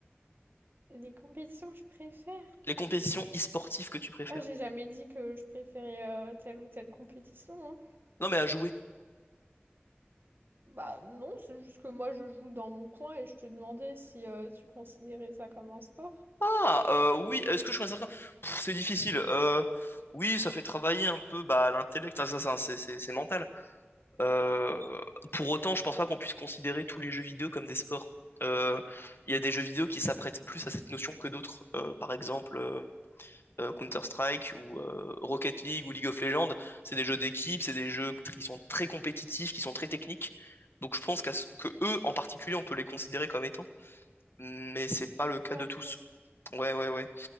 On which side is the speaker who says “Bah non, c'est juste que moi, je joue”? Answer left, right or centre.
Right